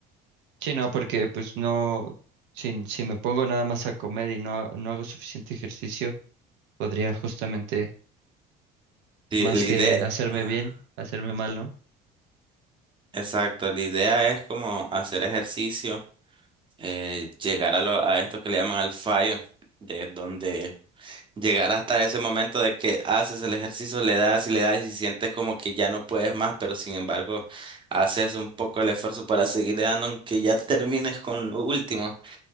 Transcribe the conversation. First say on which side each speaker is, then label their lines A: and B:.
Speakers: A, on the right; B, on the right.
A: Sí, no, porque pues no, si, si me pongo nada más a comer y no, ha- no hago suficiente ejercicio, podría justamente
B: Sí,
A: más
B: la
A: que
B: idea,
A: hacerme
B: ajá,
A: bien, hacerme mal, ¿no?
B: exacto, la idea es como hacer ejercicio, eh, llegar a, lo- a esto que le llaman al fallo, de donde Llegar hasta ese momento de que haces el ejercicio, le das y le das y sientes como que ya no puedes más, pero sin embargo haces un poco el esfuerzo para seguirle dando, aunque ya termines con lo último,